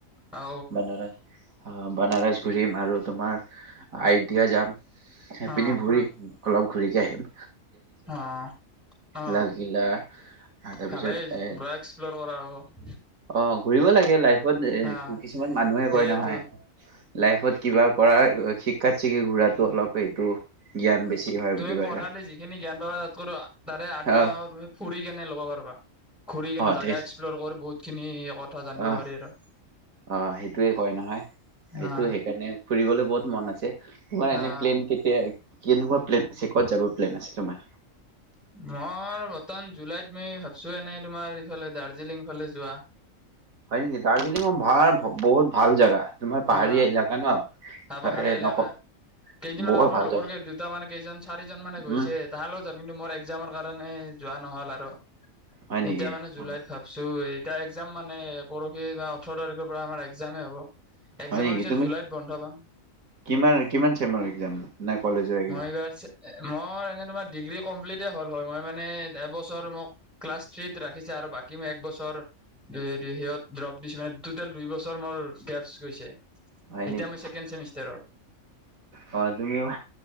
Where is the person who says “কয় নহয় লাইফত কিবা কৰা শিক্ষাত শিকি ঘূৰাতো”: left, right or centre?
Right